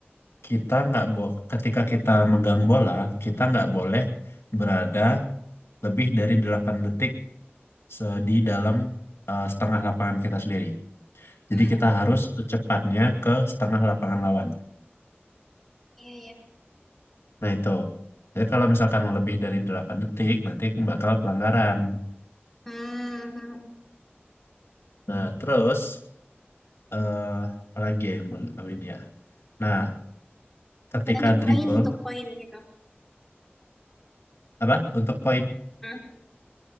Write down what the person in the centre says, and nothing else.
Mm,
iya, iya.
Hmm, hmm.
Dan untuk
poin, untuk poin gitu.
Ah,